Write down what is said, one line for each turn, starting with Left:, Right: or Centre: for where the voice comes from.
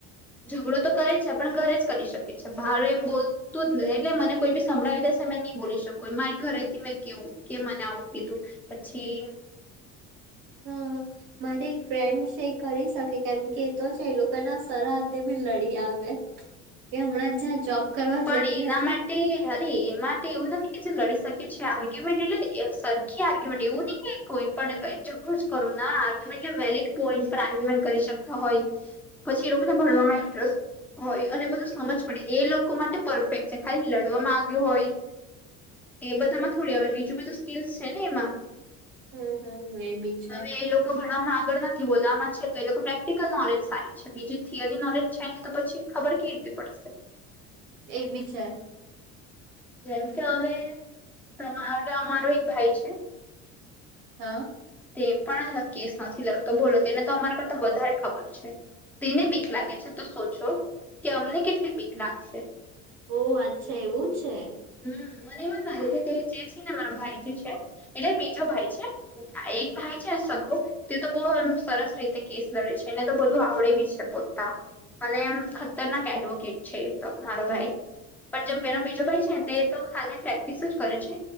Centre: ઝઘડો તો કરે છે પણ ઘરે જ કરી શકે છે. બાર એમ બોલ તું એટલે મને કોઈ બી સંભળાવી દેશે મેમે નહી બોલી શકકો. મારી ઘરેથી મેં કેવું કે મને આવું કીધું પછી
Right: હમ હ. મારી એક ફ્રેન્ડ છે કરી શકે કેમ કે એ તો છે. એ લોકોના સર હાથે બી લડી આવે. એ હમણાં જ્યાં જોબ કરવા
Centre: પણડી
Right: જતી
Centre: એના
Right: હતી
Centre: માટે અરે એ માટે એવું નથી કે જે લડી શકે છે. આર્ગ્યુમેન્ટ એટલે સરખી આર્ગ્યુમેન્ટ એવું નહી કે કોઈ પણ કરો ના આર્ગ્યુમેન્ટ કે વેલડ પોઈન્ટ પર આર્ગ્યુમેન્ટ કરી શકતા હોય
Right: <inaudible>
Centre: પછી એ લોકોને ભણવામાં ઇન્ટરેસ્ટ હોય અને બધું સમજ પડે એ લોકો માટે પરફેક્ટ છે. ખાલી લડવામાં આવ્યો હોય એ બધામાં થોડી આવે બીજું બધું સ્કીલ્સ છે ને એમાં.
Right: હમ હમ એ બી છે.
Centre: હવે એ લોકો ભણવામાં આગળ નથી બોલવામાં છે તો એ લોકો પ્રેક્ટિકલ નોલેજ સારી અચ્છા બીજી થથીયરી નોલેજ થાય ને તો પછી ખબર કેવી રીતે પડશે.
Right: એ બી છે.
Centre: જેમ કે હવે તમા અમારો એક ભાઈ છે.
Right: હા.
Centre: તે પણ કેસ નથી લડતો બોલો તેને તો અમારા કરતા વધારે ખબર છે. તેને બીક લાગે છે તો સોચો કે અમને કેટલી બીક લાગશે?
Right: ઓહ અચ્છા એવું છે.
Centre: હમ મને એવ જ લાગે છે કે જે છે ને મારા ભાઈ જે છે એટલે બીજો ભાઈ છે. એક ભાઈ છે સગું તે તો બહુ સરસ રીતે કેસ લડે છે એને તો બધું આવડે બી છે બોલતા પણ એમ ઉતરનાક એડવોકેટ છે તો મારો ભાઈ, પણ જેમ એનો બીજો ભાઈ છે તે તો ખાલી પ્રેક્ટિસ જ કરે છે,